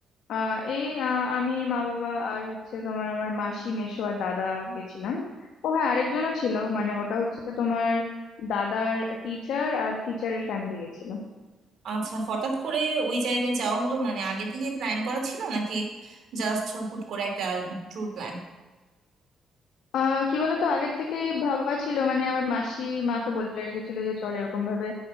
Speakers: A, on the left; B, on the right.
A: আহ এই আহ, আমি মা বাবা আর হচ্ছে তোমার আমার মাসি মেসো আর দাদা গেছিলাম ও হ্যাঁ আরেকজনও ছিল মানে ওটা হচ্ছে তোমার দাদার টিচার আর টিচারের ফ্যামিলি গেছিল
B: আচ্ছা হঠাৎ করে ওই জায়গায় যাওয়া হলো মানে আগে থেকে প্ল্যান করা ছিল নাকি জাস্ট হুট করে একটা ট্যুর প্ল্যান
A: আহ কি বলতো আগের থেকেই ভাবা ছিল মানে আমার মাসি মাকে বলে রেখেছিল যে চল এরকম ভাবে